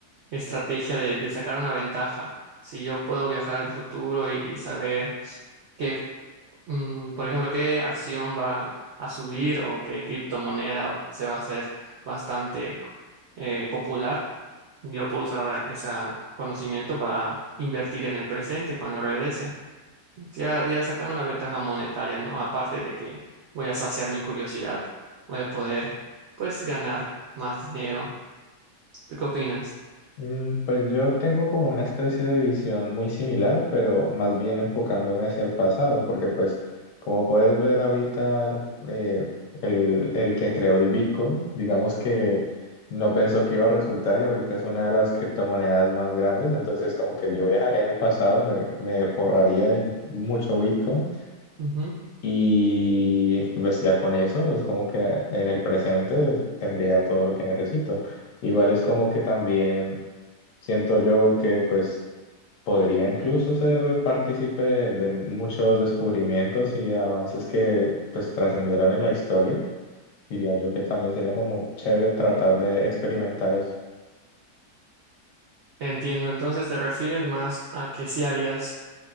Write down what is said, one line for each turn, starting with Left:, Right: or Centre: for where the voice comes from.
Right: estrategia de, de sacar una ventaja. Si yo puedo viajar al futuro y y saber... qué Mm, por ejemplo, ¿qué acción va a subir o qué criptomoneda se va a hacer bastante eh, popular? Yo puedo usar ese conocimiento para invertir en el presente cuando regrese. Ya, ya sacando una ventaja monetaria, ¿no? Aparte de que voy a saciar mi curiosidad, voy a poder, pues, ganar más dinero. ¿Tú qué opinas?
Left: Mm, Pues yo tengo como una especie de visión muy similar, pero más bien enfocándome hacia el pasado, porque pues como puedes ver ahorita, eh, el, el que creó el Bitcoin, digamos que no pensó que iba a resultar y ahorita es una de las criptomonedas más grandes, entonces como que yo viajaría en el pasado, me, me forraría en mucho Bitcoin
Right: Ujú.
Left: y pues ya con eso es como que en el presente tendría todo lo que necesito. Igual es como que también Siento yo que pues podría incluso ser partícipe de muchos descubrimientos y avances que pues trascendieron en la historia. Diría yo que también sería como chévere tratar
Right: Sí.
Left: de experimentar eso.
Right: Entiendo, entonces te refieres más a que si harías